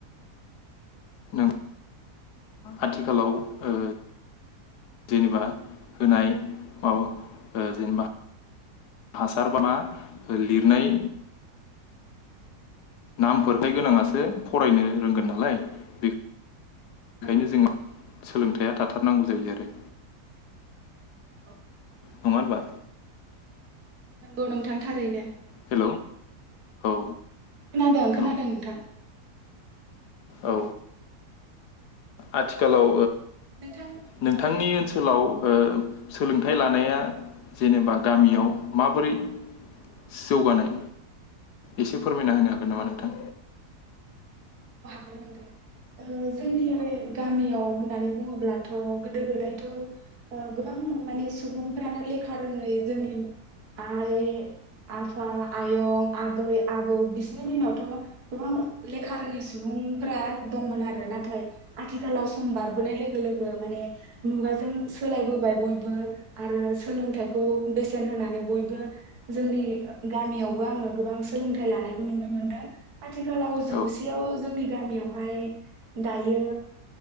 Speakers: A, on the left; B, on the right.
A: नों आथिखालाव ओ जेनेबा होनाय माबा ओ जेनेबा हासार बा लिरनाय नामफोरथाय गोनांआसो सो फरायनो
B: औ
A: रोंगोन नालाय बे बेखायनो
B: औ नंगौ
A: जोङो सोलोंथाइया थाथार नांगौ जायो आरो।
B: औ
A: नङा होनबा?
B: नंगौ नोंथां थारैनो।
A: हेल' औ
B: खोनादों खोनादों
A: औ
B: नोंथां।
A: औ आथिखालाव
B: नोंथां
A: नोंथांनि
B: औ
A: ओनसोलाव ओ सोलोंथाइ लानाया जेनेबा गामियाव माबोरै जौगानाय एसे फोरमायना होनो हाग गोन नामा नोंथां?
B: गोन नोंथां जोंनि गामियाव होननानै बुङोब्लाथ' गोदो गोदायथ' गोबां माने सुबुंफ्रानो लेखा रोङै जोंनि आइ आफा आयं आबै आबौ बिस सोरनि दिनावथ' गोबां लेखा रोङि सुबुंफोरा दंमोन आरो नाथाय आथिखालाव सम बारबोनाय लोगो लोगो माने मुगाजों सोलायबोबाय बयबो आरो सोलोंथाइखौ बेसेन होनानै बयबो जोंनि गामियावबो आङो गोबां सोलोंथाइ लानायखौ नुनो मोन मोनदों आथिखालाव जौसेयाव
A: औ
B: जोंनि गामियावहाय दायो